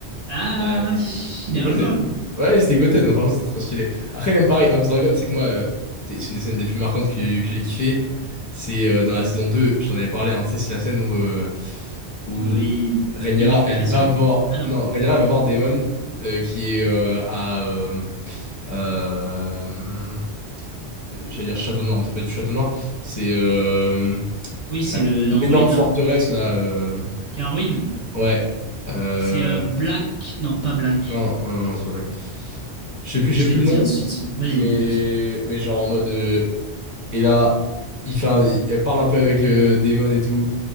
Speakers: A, on the right; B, on the left.
A: Ah,
B: Ouais, et-
A: pff,
B: C'était
A: il est injouable.
B: Goten. Ouais, c'était Goten. Franchement, c'était trop stylé. Après, même pareil, House Dragon, c'est que moi, euh, t'es- c'est une des scènes des plus marquantes que, que j'ai kiffé. C'est euh, dans la saison 2, je t'en avais parlé, hein, tu sais, c'est la scène où, euh, où
A: Oui,
B: Rhaenyra,
A: oui, mais le coup
B: elle
A: de pression.
B: va voir.
A: Ah non,
B: Non, Rhaenyra, elle va voir Daemon, euh, qui est euh, à. euh, euh, j'allais dire Château Noir, mais c'est pas du tout Château Noir. C'est euh,
A: oui,
B: c'est
A: c'est
B: la-
A: le en
B: l'énorme
A: ruine là.
B: forteresse, là. euh,
A: Qui est en ruine.
B: Ouais. Euh,
A: C'est euh, Black. Non, pas Black.
B: non, non, non, c'est pas Black. Je sais plus, j'ai
A: Je
B: plus
A: vais te
B: le
A: dire
B: nom,
A: tout de suite. Vas-y,
B: mais,
A: écoute.
B: mais genre en mode. euh, et là, il fait un- il- elle parle un peu avec euh, Damon et tout.